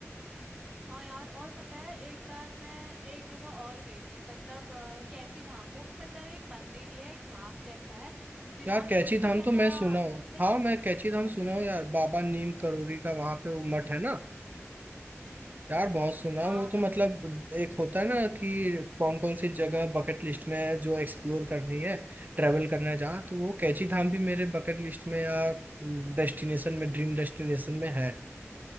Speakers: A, in the centre; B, on the right (about 35°).
A: हाँ यार और पता है एक बार मैं एक जगह और गई थी मतलब अ, कैची धाम वो भी मतलब एक मंदिर ही है एक धाम जैसा है विराट
B: यार कैची
A: कोहली भी
B: धाम
A: गया
B: तो मैं
A: था वहाँ
B: सुना हूँ
A: तुमने
B: हाँ मैं कैची धाम
A: है
B: सुना
A: ना
B: हूँ यार बाबा नीम करोरी का वहां पे वो मठ है ना
A: हम्म
B: यार बहुत सुना
A: हाँ
B: है वो तो मतलब एक होता है ना कि कौन कौन सी जगह बकेट लिस्ट में है जो एक्सप्लोर करनी है ट्रेवल करना है जहाँ तो वो कैची धाम भी मेरे बकेट लिस्ट में या डेस्टिनेशन में ड्रीम डेस्टिनेशन में है